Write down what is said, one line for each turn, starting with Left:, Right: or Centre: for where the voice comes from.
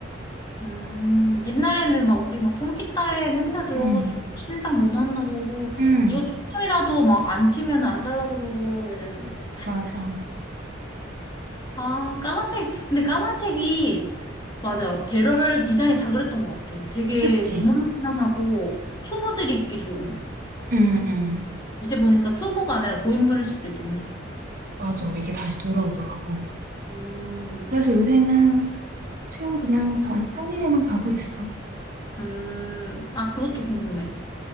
Left: 음, 옛날에는 막 우리 막 펑키타에 맨날 들어가지고
Right: 응,
Left: 신상 뭐 나왔나 보고
Right: 응,
Left: 이거 조금이라도 막 안 튀면 안 살라고 그러고 이랬는데.
Right: 맞아.
Left: 아, 까만색. 근데 까만색이 맞아. 배럴 디자인이 다 그랬던 것 같아. 되게
Right: 그치?
Left: 무난무난하고 초보들이 입기 좋은.
Right: 응, 응.
Left: 이제 보니까 초보가 아니라 고인물일 수도 있겠네.
Right: 맞아. 이게 다시 돌아오더라고.
Left: 음,
Right: 그래서 요새는 수영 그냥 전, 평일에만 가고 있어.
Left: 음, 아, 그것도 궁금해.